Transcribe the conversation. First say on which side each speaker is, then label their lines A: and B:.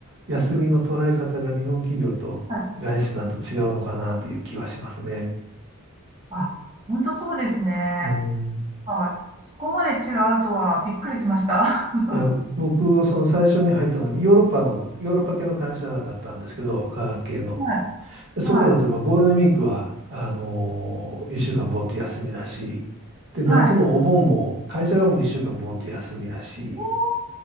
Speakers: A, on the right; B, on the right.
A: う、休みの捉え方が日本企業と外資だと違うのかなっていう気はしますね。
B: はい。あ、本当そうですね。
A: うん。
B: はい、そこまで違うとはびっくりしました。<laughs>
A: いや、僕、その最初に入ったのは、ヨーロッパの、ヨーロッパ系の会社だったんですけど、化学系の。
B: はい、
A: そこだと、
B: はい、
A: まあ、ゴールデンウィークは、あのー、1週間ボンと休みだし、で、夏もお盆も、
B: はい。
A: 会社がもう1週間ボンと休みだし、
B: ね